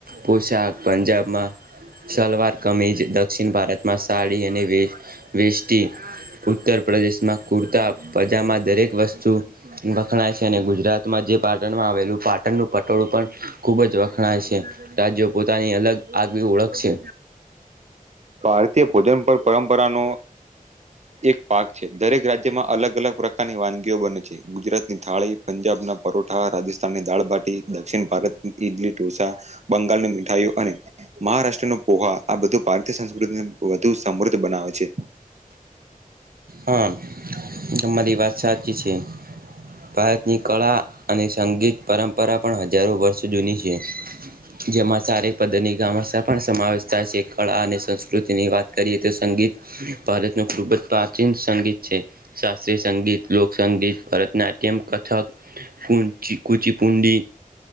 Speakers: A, on the right (about 85°); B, on the right (about 50°).
A: પોશાક પંજાબમાં સલવાર કમીજ દક્ષિણ ભારતમાં સાડી અને વેસ્ટી ઉત્તર પ્રદેશમાં કુર્તા પજામા દરેક વસ્તુ વખણાય છે અને ગુજરાતમાં જે પાટણમાં આવેલું પાટણનું પટોળું પણ, ખૂબ જ વખણાય છે. રાજ્યો પોતાની અલગ આગવી ઓળખ છે.
B: ભારતીય ભોજન પર પરંપરા ન એક પાક છે દરેક રાજ્યમાં અલગ અલગ પ્રકારની વાનગીઓ બને છે, ગુજરાતની થાળી પંજાબ ના પરોઠા રાજસ્થાનની દાળભાટી દક્ષિણ ભારત ઈડલઢોંસા. બંગાળની મીઠાઈઓ અને મહારાષ્ટ્ર ન પોહા આ બધું ભારતીય સંસ્કૃતિને વધુ સમૃદ્ધ બનાવે છે.
A: હા તમારી વાદ સાચી છે. ભારતની કળા અને સંગીત પરંપરા પણ હજારો વર્ષ જૂની છે. જેમાં સારેક પદરની ગામા પણ સમાવેશ થાય છે કળા અને સંસ્કૃતિની વાત કરીએ તો સંગીત, ભારતનું ખૂબ જ પ્રાચીન સંગીત છે. શાસ્ત્રીય સંગીત લોકસંગીત ભરતનાટ્યમ કથક, પ ચીકુચીપુંડી